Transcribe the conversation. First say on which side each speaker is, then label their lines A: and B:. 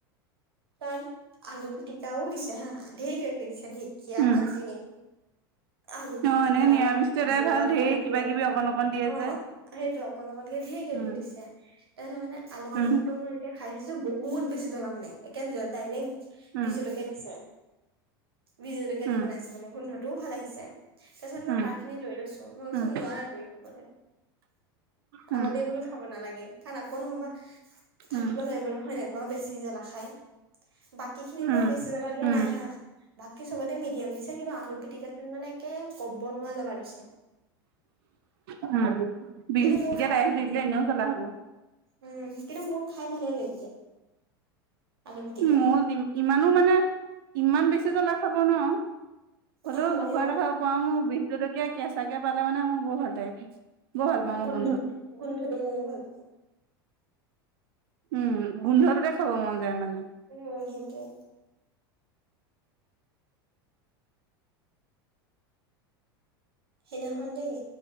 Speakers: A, on the right; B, on the right.
A: তাত আলু পিটিকাও দিছে হা ধেই কিবা কিবি দিছে ঢেকীয়া
B: উম
A: ভাজি আলু পিটিকা
B: অ এনে নিৰামিষটো এটাই
A: বিনৰ
B: ভাল ধেৰ
A: ভাজি
B: কিবা কিবি অকন অকন দিয়ে
A: অ
B: যে
A: সেইটো অকণ অকণকে ধেই কিবা
B: উম
A: কিবি দিছে তাৰপিছত মানে আলু পিটিকা
B: উম
A: মোৰ এতিয়া খাই দিছো বহুত বেছি জ্বলা মানে একে ডাইৰেক্ট
B: উম
A: বীজলকীয়া দিছে বিজলকীয়া
B: উম
A: দি বনাইছে মানে গোন্ধটোও ভাল আহিছে তাৰপিছত মই
B: উম
A: তাৰ খিনি লৈ লৈছো মই
B: উম
A: চোন নোৱাৰা ধৰি খাবলৈ
B: উম
A: আগতে বোলো খাব নালাগে কাৰণ আকৌ নহবা থাকিব
B: উম
A: নোৱাৰিব হয় নাই কোৱা বেছি জ্বলা খাই বাকী খিনিতো
B: উম উম
A: বেছি জ্বলা দিয়া
B: উম
A: নাই হা বাকী চবতে মিডিয়াম দিছে কিন্তু আলু পিটিকাটো মানে একে ক'ব নোৱাৰা জ্বলা দিছে
B: উম বিজলকীয়া
A: কিন্তু মোৰ খাই
B: দি দিলে এনেও জ্বলা হ'ব
A: উম কিন্তু মোৰ খাই ভালে লাগিলে আলু পিটিকাকণ
B: মোৰ ই ইমানো মানে ইমান বেছি জ্বলা খাব নোৱাৰো হ'লেও
A: অ', ময়ো
B: জোখৰ এটা খাব পাও মোৰ বিজলকীয়া কেঁচাকে পালে মানে মোৰ বৰ ভাল লাগে খাই বৰ ভাল পাওঁ মই
A: গোন
B: গোন্ধটো
A: গোন্ধটো ময়ো ভাল পাও
B: উম গোন্ধটোতে খাব মন যায় মানে
A: উম সেইটোৱে সেনাখন দেই